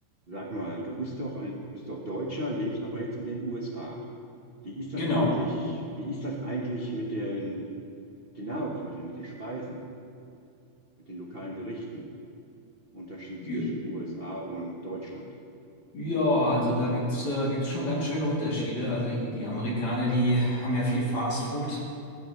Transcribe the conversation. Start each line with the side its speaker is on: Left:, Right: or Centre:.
Right: Sag mal, du bist doch ein, bist doch Deutscher, lebst aber jetzt in den USA. Wie ist das
Left: Genau.
Right: eigentlich, wie ist das eigentlich mit den, den Nahrungsmitteln, mit den Speisen, mit den lokalen Gerichten? Unterschied
Left: Ja,
Right: zwischen USA und Deutschland.
Left: ja, also da gibt's äh, gibt's schon ganz schöne Unterschiede. Also die Amerikaner, die haben ja viel Fast Food,